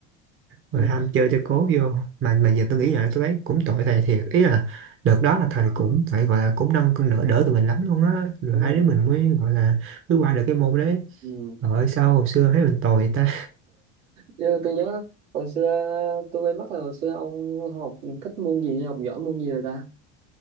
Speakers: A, on the right (about 35°); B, on the right (about 80°).
A: rồi
B: ừ.
A: ham chơi cho cố vô mà mà giờ tôi nghĩ lại tôi thấy cũng tội thầy thiệt ý là đợt đó là thầy cũng phải gọi là cũng nâng cân đỡ đỡ tụi mình lắm luôn á rồi
B: đúng
A: hai
B: rồi
A: đứa mình mới gọi là mới qua được cái môn đấy
B: ừ.
A: rồi sao hồi xưa thấy mình tồi ta
B: Chứ tôi nhớ hồi xưa tôi quên mất là hồi xưa ông học thích môn gì học giỏi môn gì rồi ta